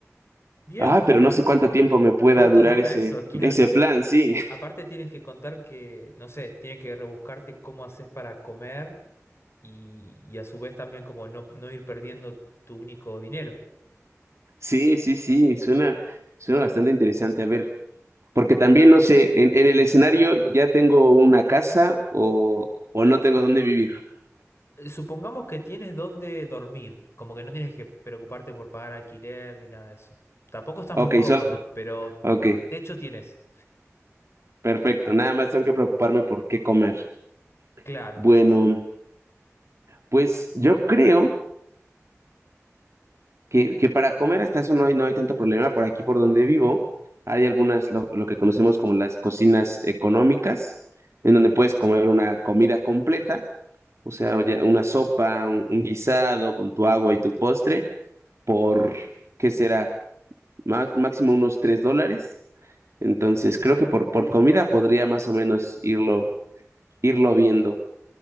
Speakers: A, on the left; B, on the right.
A: Bien,
B: Ah, pero
A: bien.
B: no sé cuánto tiempo me pueda
A: ¿Cuánto
B: durar
A: dura
B: ese,
A: eso? <laughs> Claro.
B: ese plan, sí,
A: Aparte tienes que contar que, no sé, tienes que rebuscarte cómo haces para comer y, y a su vez también como no, no ir perdiendo tu único dinero.
B: <laughs> sí, sí, sí, suena, suena bastante interesante. A ver, porque también no sé, en, en el escenario ya tengo una casa o, o no tengo dónde vivir.
A: eh, Supongamos que tienes dónde dormir, como que no tienes que preocuparte por pagar alquiler ni nada de eso. Tampoco estás
B: Ok,
A: muy cómodo,
B: sol,
A: pero
B: ok.
A: mm, techo tienes.
B: Perfecto, nada más tengo que preocuparme por qué comer.
A: Claro,
B: Bueno,
A: sí, sí.
B: pues yo creo que, que para comer hasta eso no hay, no hay tanto problema. Por aquí, por donde vivo, hay algunas, lo, lo que conocemos como las cocinas económicas, en donde puedes comer una comida completa, o sea, ya una sopa, un, un guisado con tu agua y tu postre, por, ¿qué será? Má- máximo unos tres dólares. Entonces, creo que por, por comida podría más o menos irlo, irlo viendo.